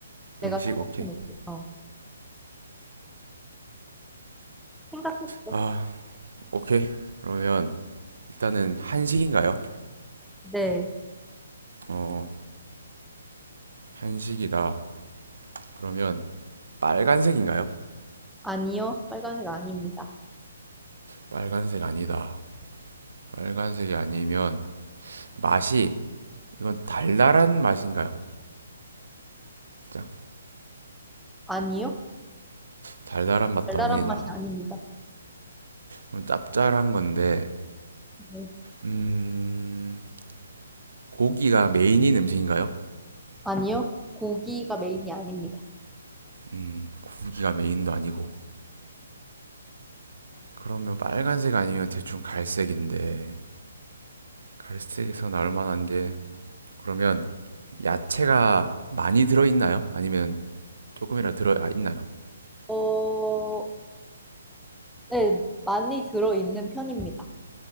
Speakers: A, in the centre; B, on the right.
A: 내가
B: 음식
A: 생각해놓을게.
B: 오케이
A: 어, 생각했어.
B: 아 오케이 그러면 일단은 한식인가요?
A: 네.
B: 어 한식이다. 그러면 빨간색인가요?
A: 아니요. 빨간색 아닙니다.
B: 빨간색 아니다. 빨간색이 아니면 맛이 이건 달달한 맛인가요? 짝
A: 아니요.
B: 달달한 맛도
A: 달달한
B: 아니다.
A: 맛이 아닙니다.
B: 그럼 짭짤한 건데
A: 네.
B: 음, 고기가 메인인 음식인가요?
A: 아니요. 고기가 메인이 아닙니다.
B: 음, 고기가 메인도 아니고. 그러면 빨간색 아니면 대충 갈색인데, 갈색에서 나올 만한 게, 그러면 야채가 많이 들어있나요? 아니면 조금이라도 들어, 아, 있나요?
A: 어, 네. 많이 들어있는 편입니다.